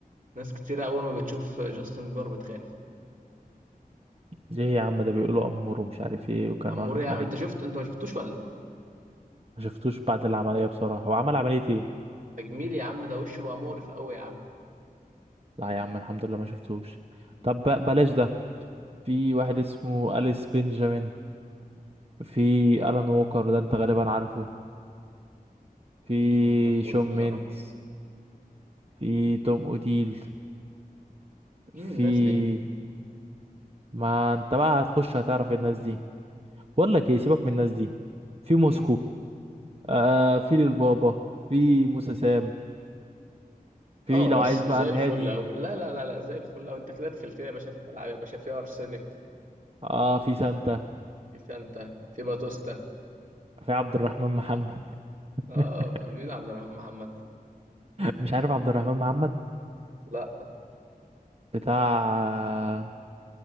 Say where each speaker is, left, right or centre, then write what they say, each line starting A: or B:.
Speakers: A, on the right; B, on the right.
A: ناس كتير اول ما بتشوف جاستن بيبر بتخاف
B: ليه يا عم ده بيقولوا امور ومش عارف ايه وكان
A: عمور
B: واخد
A: يا
B: ملك
A: عم انت شفت انت ما شفتوش ولا
B: ما شفتوش بعد العمليه بصراحه هو عمل عمليه ايه
A: تجميل يا عم ده وشه بقى مقرف قوي يا عم
B: لا يا عم الحمد لله ما شفتوش طب ب- بلاش ده في واحد اسمه أليس بنجامين في ألان ووكر ده انت غالبا عارفه في
A: لا ما اعرفوش
B: شون
A: بصراحه
B: ميندز في توم اوديل
A: مين
B: في
A: الناس دي
B: ما انت بقى هتخش هتعرف الناس دي بقول لك ايه سيبك من الناس دي في موسكو
A: مم.
B: آه في للبابا في موسى سام في
A: اه
B: لو
A: بس
B: عايز بقى
A: زي
B: الهادي
A: الفل قوي لا لا لا لا زي الفل قوي انت كده دخلت لي يا باشا في ملعب يا باشا فيها ارسنال
B: اه في سانتا
A: في سانتا في باتوستا
B: في عبد الرحمن محمد
A: اه
B: <laughs>
A: مين عبد الرحمن محمد
B: مش عارف عبد الرحمن محمد
A: لا
B: بتاع